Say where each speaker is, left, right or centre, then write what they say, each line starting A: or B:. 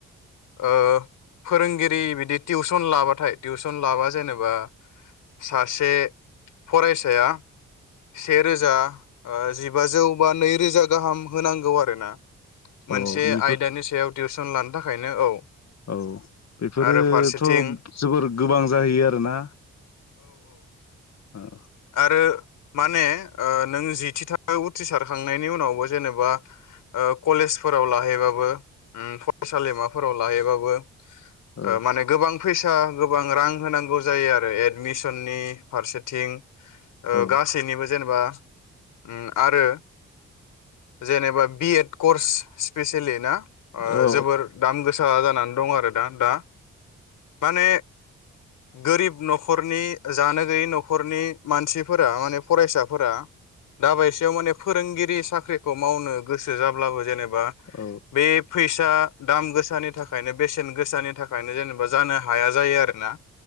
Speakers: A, on the left; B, on the left.
A: ओ फोरोंगिरि बिदि टिउसन लाबाथाय टिउसन लाबा जेनेबा सासे फरायसाया सेे रोजा ओ जिबाजौ बा नै रोजा गाहाम होनांगौ आरो ना
B: औ
A: मोनसे
B: बेफोर
A: आयदानि सायाव टिउसन लानो थाखायनो औ
B: औ बेफोरोथ'
A: आरो फारसेथिं
B: जोबोर गोबां जाहैयो आरो ना? ओ
A: रो माने ओ नों जिथि थाख उथ्रिसारखांनायनि उनावबो जेनेबा ओ कलेजफोराव लाहैबाबो उ फरायसालिमा फोराव लाहैबाबो
B: औ
A: ओ माने गोबां फैसा गोबां रां होनांगौ जायो आरो एडमिसननि फारसेथिं ओ
B: औ
A: गासैनिबो जेनेबा उम आरो जेनेबा बि एड कर्स स्पिसियेलि ना ओ
B: औ
A: जोबोर दाम गोसा जानानै दं आर दा दा माने गोरिब न'खरनि जानो गैयै न'खरनि मानसिफोरा माने फरायसाफोरा दाबायसेयाव माने फोरोंगिरि साख्रिखौ मावनो गो गोसो जाब्लाबो जेनेबा
B: औ
A: बे फैसा दाम गोसानि थाखायनो बेसेन गोसानि थाखायनो जेनेबा जानो हाया जायो आरो ना